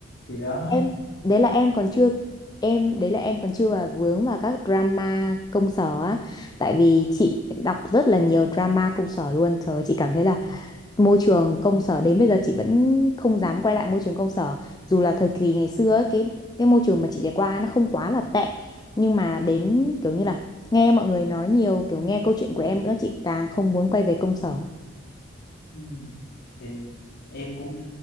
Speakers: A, on the left (about 55°); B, on the left (about 20°).
A: thì đó
B: Em đấy là em còn chưa em đấy là em còn chưa vào vướng vào các drama công sở á tại vì chị đọc rất là nhiều drama công sở luôn trời ơi, chị cảm thấy là môi trường công sở đến bây giờ chị vẫn không dám quay lại môi trường công sở dù là thời kỳ ngày xưa ấy, cái cái môi trường mà chị trải qua nó không quá là tệ nhưng mà đến kiểu như là nghe mọi người nói nhiều kiểu nghe câu chuyện của em nữa chị càng không muốn quay về công sở
A: Ừ. em em cũng